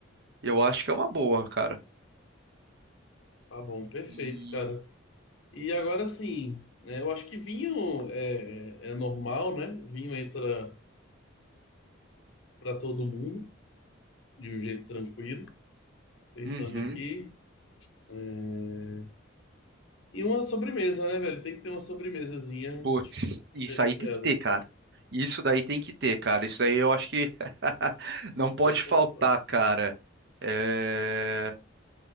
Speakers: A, on the right; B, on the left.
A: Eu acho que é uma boa, cara.
B: Tá bom, perfeito,
A: E.
B: cara. E agora sim, é, eu acho que vinho é, é é normal, né? Vinho entra pra todo mundo de um jeito tranquilo. Pensando
A: Uhum.
B: aqui. é, E uma sobremesa, né, velho? Tem que ter uma sobremesazinha
A: Putz,
B: dif- diferenciada.
A: isso aí tem que ter, cara. Isso daí tem que ter, cara. Isso aí eu acho que <laughs> não
B: Não
A: pode
B: pode faltar.
A: faltar, cara. É...